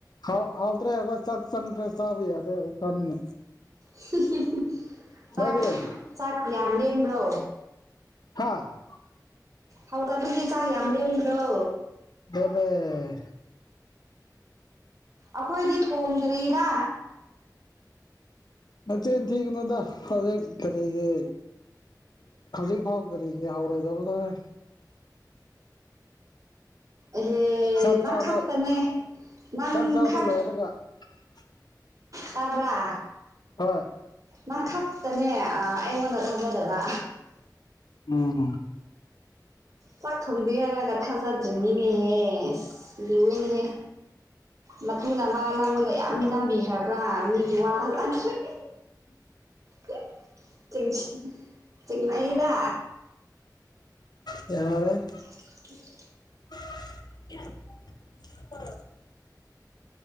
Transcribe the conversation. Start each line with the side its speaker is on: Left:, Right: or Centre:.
Left: ꯍꯥꯎ ꯍꯥꯎꯇ꯭ꯔꯦ ꯑꯍꯣꯏ ꯆꯥꯛ ꯆꯪꯗꯔꯦ ꯆꯥꯕ ꯌꯗꯔꯦꯅꯦ
Right: ꯍꯨ ꯍꯨ ꯍꯨ ꯆꯥꯛ
Left: ꯅꯣꯏꯗꯤ
Right: ꯆꯥꯛ ꯌꯥꯝ ꯂꯦꯝꯕ꯭ꯔꯣ
Left: ꯍꯥꯥ
Right: ꯍꯧꯇꯕꯒꯤ ꯆꯥꯛ ꯌꯥꯝ ꯂꯦꯝꯕ꯭ꯔꯣ
Left: ꯂꯦꯝꯃꯦ
Right: ꯑꯈꯣꯏꯗꯤ ꯊꯣꯡꯗ꯭ꯔꯤꯗ
Left: ꯅꯆꯤꯟ ꯇꯤꯒꯅꯨꯗ ꯍꯧꯖꯤꯛ ꯀꯔꯤꯒꯤ ꯍꯧꯖꯤꯛ ꯐꯥꯎ ꯀꯔꯤꯒꯤ ꯍꯧꯔꯣꯏꯗꯕꯗꯣ ꯍꯦ
Right: ꯑꯍꯦ
Left: ꯆꯥꯛ
Right: ꯅꯪ
Left: ꯆꯥꯕ
Right: ꯈꯛꯇꯅꯦ ꯅꯪ
Left: ꯆꯥꯛ ꯆꯥꯕ
Right: ꯈꯛ
Left: ꯂꯣꯏꯔꯒ <inaudible>
Right: ꯇꯥꯕ꯭ꯔꯥ
Left: ꯍꯣꯏ
Right: ꯅꯪ ꯈꯛꯇꯅꯦ ꯑ ꯑꯩꯉꯣꯟꯗ ꯊꯥꯖꯗꯕ
Left: ꯎꯝ
Right: ꯆꯥꯛ ꯊꯣꯡꯗ꯭ꯔꯤ ꯍꯥꯏꯔꯒ ꯊꯥꯖꯗ꯭ꯔꯤꯅꯤꯅꯦꯍꯦ ꯂꯨꯋꯦꯅꯦꯍꯦ ꯃꯇꯨꯅ ꯃꯥ ꯅꯪꯉꯣꯟꯗ ꯌꯥꯝ ꯃꯤꯅꯝꯕꯤꯈ꯭ꯔꯕ꯭ꯔꯥ ꯃꯤꯒꯤ ꯋꯥ ꯊꯖꯗ꯭ꯔꯦ ꯍꯦ ꯍꯦ ꯆꯤꯡꯁꯤ ꯆꯤꯡꯅꯩꯗ
Left: ꯌꯥꯔꯦ
Right: <unintelligible>
Left: <unintelligible>